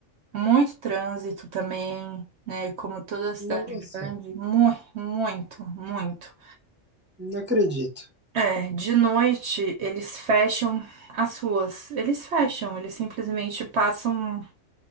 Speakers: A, on the right; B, on the right.
A: muito trânsito também, né, como toda cidade
B: Nossa,
A: grande, muito, muito, muito.
B: não acredito.
A: É, de noite eles fecham as ruas. Eles fecham, eles simplesmente passam.